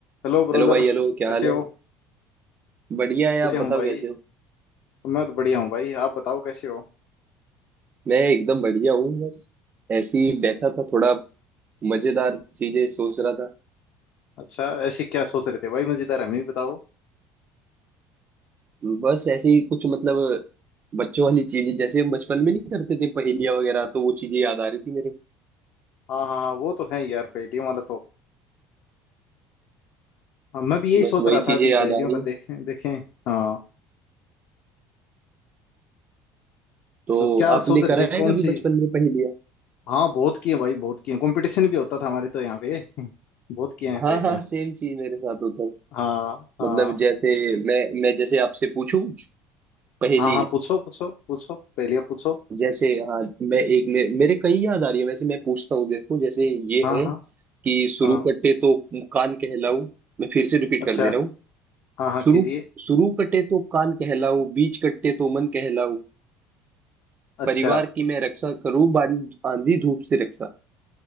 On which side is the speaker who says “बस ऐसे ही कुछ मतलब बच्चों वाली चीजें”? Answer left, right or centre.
Right